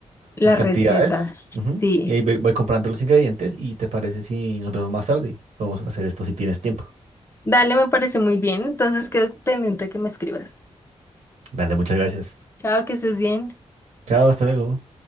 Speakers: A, on the left; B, on the right.
A: La
B: las cantidades.
A: receta,
B: Ujú.
A: sí.
B: Y ahí voy, voy comprando los ingredientes y te parece si nos vemos más tarde. Podemos hacer esto si tienes tiempo.
A: Dale, me parece muy bien. Entonces quedo pendiente que me escribas.
B: Dale, muchas gracias.
A: Chao, que estés bien.
B: Chao, hasta luego.